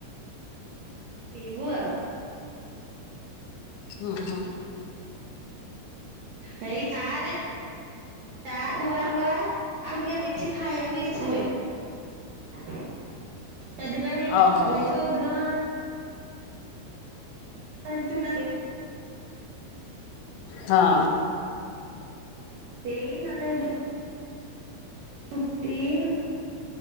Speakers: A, on the right; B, on the left.
A: ପିଇବୁ ଆଉ।
B: ହଁ ହଁ।
A: ହେଇ ଚାଆରେ ତା ଖୁଆ ରୁଆ ରୁଆ ଆଖୁ ଟିକେ <unintelligible> କିଛି ଖାଇଆକୁ ଇଛା ହୁଏନା ନା। ସେଇଥିପାଇଁ
B: ହଉ ହଉ।
A: ହେ କୋଉଦିନ ଏଁ ଚୁଡା ଖାଇବୁ।
B: ହଁ।
A: ଏଇ ନହେଲେ ରୁ ଉଟି ନ